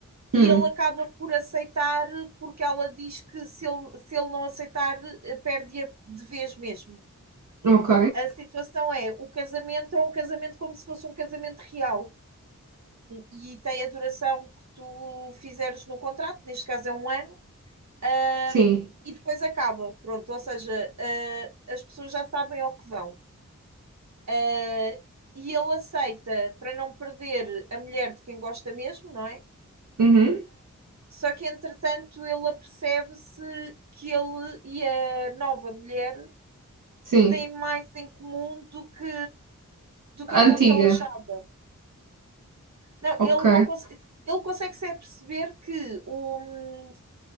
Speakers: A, on the right; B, on the right.
A: e
B: Hum,
A: ele acaba por aceitar porque ela diz que se ele, se ele não aceitar, eh, perde-a de vez mesmo.
B: ok.
A: A situação é, o casamento é um casamento como se fosse um casamento real e tem a duração que tu fizeres no contrato, neste caso é um ano, ahm,
B: Sim.
A: e depois acaba, pronto, ou seja, ah, as pessoas já sabem ao que vão. Uh, e ele aceita para não perder a mulher de quem gosta mesmo, não é?
B: Uhum,
A: Só que entretanto ele apercebe-se que ele e a nova mulher
B: sim.
A: têm mais em comum do que do que aquilo
B: Antiga.
A: que ele achava. Não,
B: Ok,
A: ele não consegue, ele consegue se aperceber que o,